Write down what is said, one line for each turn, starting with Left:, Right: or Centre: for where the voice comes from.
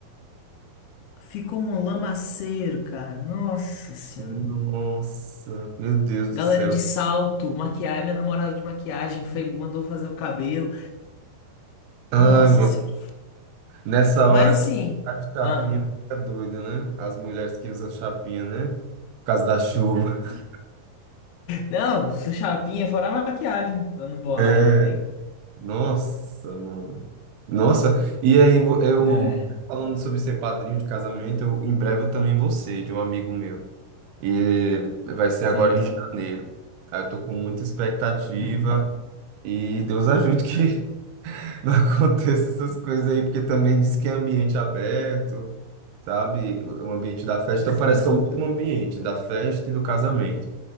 Left: ficou um lamaceiro, cara. Nossa senhora.
Right: Nossa, meu Deus
Left: Galera
Right: do céu.
Left: de salto, maquiagem, minha namorada de maquiagem foi, mandou fazer o cabelo.
Right: Ai,
Left: Nossa
Right: meu,
Left: senhora.
Right: nessa
Left: Mas
Right: hora
Left: assim,
Right: quem tá de chapinha
Left: ah,
Right: fica doido, né? As mulheres que usam chapinha, né? Por causa da chuva. <laughs>
Left: não, <laughs> chapinha fora a maquiagem, pra não borrar
Right: É,
Left: também.
Right: Nossa, mano. Nossa, e aí vo- eu
Left: Né,
Right: falando sobre ser padrinho de casamento, eu, em breve eu também vou ser, de um amigo meu. E vai ser
Left: sim.
Right: agora em janeiro. Aí eu tô com muita expectativa
Left: Uhum,
Right: e Deus ajude que não <laughs> aconteça essas coisas aí, porque também diz que é ambiente aberto, sabe? O ambiente da festa
Left: Sim,
Right: então parece que é o mesmo ambiente da festa e do casamento.